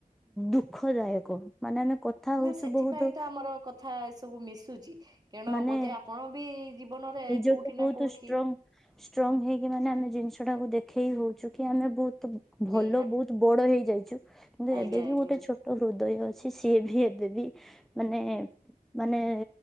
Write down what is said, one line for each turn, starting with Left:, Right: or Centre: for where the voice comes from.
Centre: ଦୁଃଖଦାୟକ ମାନେ ଆମେ କଥା
Right: ନା
Centre: ହଉଛୁ
Right: ସେଥିପାଇଁ
Centre: ବହୁତ
Right: ତ ଆମର କଥା ଏ ସବୁ ମିଶୁଛି କେଣୁ
Centre: ମାନେ
Right: ବୋଧେ ଆପଣ ବି ଜୀବନରେ
Centre: ନିଜକୁ
Right: କୋଉଠି
Centre: ବହୁତଷ୍ଟ୍ରଙ୍ଗ
Right: ନା କୋଉଠି
Centre: ଷ୍ଟ୍ରଙ୍ଗ ହେଇକି ମାନେ ଆମେ ଜିନିଷ ଟାକୁ ଦେଖ ଖେଇ ହଉଛୁ କି ଆମେ ବହୁତ ତ ଭଲ
Right: ନିହାତି
Centre: ବହୁତ ବଡ ହେଇ ଯାଇଛୁ କିନ୍ତୁ
Right: ଆଜ୍ଞା
Centre: ଏବେ
Right: ଆଜ୍ଞା
Centre: ବି ଗୋଟେ
Right: ଆଜ୍ଞା।
Centre: ଛୋଟ ହୃଦୟ ଅଛି। ସେ ସିଏ ବି ଏବେ ବି ମାନେ ମାନେ